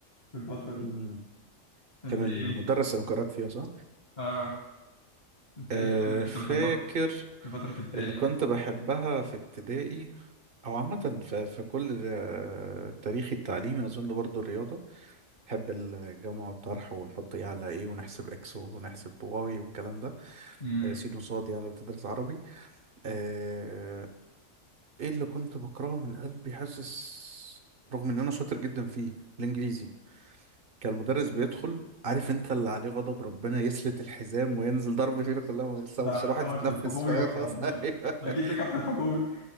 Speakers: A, on the left; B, on the right.
A: في الفتره دي
B: امم
A: انت
B: كان المدرس
A: ايه
B: اللي مكرهك فيها صح؟
A: اه انت
B: أه
A: ايه اكتر ماده
B: فاكر
A: كنت بتحبها في فترة ابتدائي
B: اللي كنت
A: مثلا
B: بحبها في ابتدائي او عامه في في كل آه، تاريخي التعليمي اظن برضو الرياضه بحب الجمع والطرح ونحط ايه على ايه ونحسب اكس ونحسب واي والكلام ده
A: امم
B: آه، سين وصاد يعني لو بتدرس عربي آه، ايه اللي كنت بكرهه من قلبي حاسس رغم ان انا شاطر جدا فيه الانجليزي كان المدرس بيدخل عارف انت اللي عليه غضب ربنا يسلت الحزام وينزل ضرب فينا كلها من غير سبب
A: ده
B: عشان
A: ده
B: الواحد
A: دوت
B: يتنفس
A: في الحكومي
B: فاهم
A: ولا قبل ده؟
B: <laughs>
A: أكيد ده كان في الحكومي